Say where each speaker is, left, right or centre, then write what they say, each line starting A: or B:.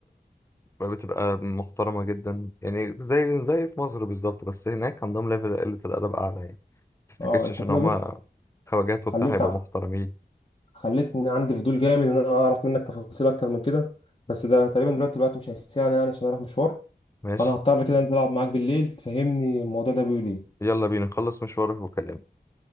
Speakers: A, on the left; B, on the left.
A: بتبقى محترمة جدا يعني زي زي في مصر بالظبط بس هناك عندهم ليفل قلة الأدب أعلى يعني متفتكرش
B: اه انت
A: عشان
B: كده
A: هما
B: بص
A: خواجات
B: خليت
A: وبتاع هيبقوا محترمين
B: خليتني عندي فضول جامد ان انا اعرف منك تفاصيل اكتر من كده بس ده تقريبا دلوقتي الوقت مش هيسعني يعني عشان اروح مشوار
A: ماشي
B: فانا هضطر كده انزل العب معاك بالليل تفهمني الموضوع ده بيقول ايه
A: يلا بينا نخلص مشوارك وكلمني